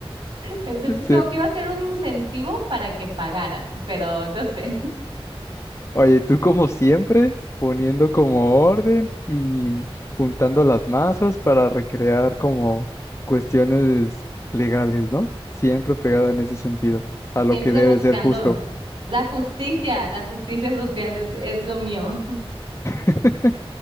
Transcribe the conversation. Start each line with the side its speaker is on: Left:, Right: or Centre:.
Right: Entonces, como
Left: Sí.
Right: que iba a ser un incentivo para que pagaran, pero no sé.
Left: Oye, tú como siempre, poniendo como orden y juntando las masas para recrear como cuestiones legales, ¿no? Siempre pegada en ese sentido, a lo
Right: Siempre
Left: que debe
Right: buscando
Left: ser justo.
Right: la justicia, la justicia social es, es lo mío. <laughs>
Left: <laughs>